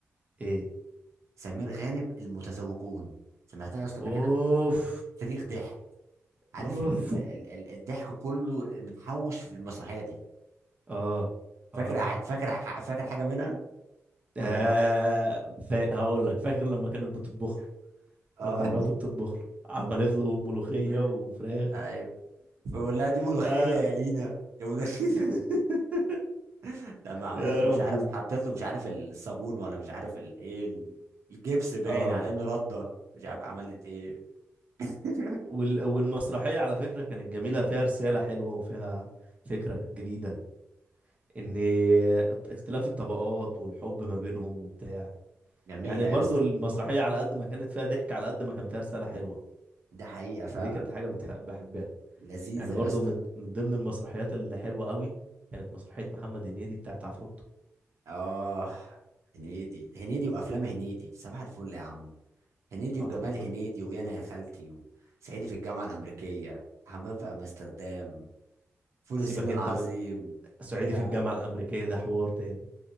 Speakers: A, on the right; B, on the right.
A: ايه
B: سمير غانم المتزوجون سمعتها يا اسطى
A: اوف
B: قبل كده؟ صريخ ضحك عارف
A: اوف
B: ال... ال... ال... الضحك كله متحوش في المسرحية دي
A: اه
B: فاكر
A: اه,
B: فاكر فاكر حاجة منها
A: آه.
B: ولا لا؟
A: فا... هقول لك فاكر لما كانت بتطبخ
B: اه
A: له لما مراته بتطبخ له عملت له ملوخية
B: <laughs>
A: وفراخ
B: ايوه فبقول لها دي ملوخيه
A: آه.
B: يا لينا يا ملوخية.
A: <laughs>
B: <laughs> لما عملت
A: يا
B: له
A: ربي
B: مش عارف حطيت له مش عارف الصابون ولا مش عارف الايه الجبس باين
A: اه
B: على انه رده مش عارف عملت ايه <laughs>
A: وال... والمسرحية على فكرة كانت جميلة فيها رسالة حلوة وفيها فكرة جديدة ان اختلاف الطبقات والحب ما بينهم وبتاع
B: جميله
A: يعني برضو
B: يا اسطى
A: المسرحية على قد ما كانت فيها ضحك على قد ما كان فيها رسالة حلوة
B: ده حقيقه فعلا
A: ودي كانت حاجة بتح... بحبها
B: لذيذه
A: يعني برضو
B: يا اسطى
A: من... من ضمن المسرحيات اللي حلوة قوي كانت مسرحية محمد هنيدي بتاعت عفروتو
B: اه هنيدي هنيدي وافلام هنيدي صباح الفل يا عم هنيدي وجمال
A: اه والله
B: هنيدي ويانا يا خالتي وصعيدي في الجامعه الامريكيه حمام في امستردام فول
A: سيبك
B: الصين العظيم
A: انت من صعيدي
B: ايه يا
A: في
B: عم؟
A: الجامعة الأمريكية ده حوار تاني